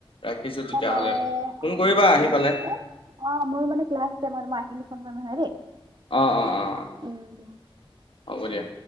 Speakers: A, on the left (about 65°); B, on the right (about 50°).
A: ৰাখিছো তেতিয়াহ'লে
B: <unintelligible> মই
A: ফোন
B: অ,
A: কৰিবা
B: মোৰো
A: আহি
B: ক্লাছ
A: পালে
B: আছে। অ, মোৰ মানে ক্লাছ আছে, মই তোমাক আহি কেনে ফোন কৰিম নহ'লে দেই।
A: অঁ, অঁ, অঁ,
B: উম দিয়া
A: হ'ব দিয়া।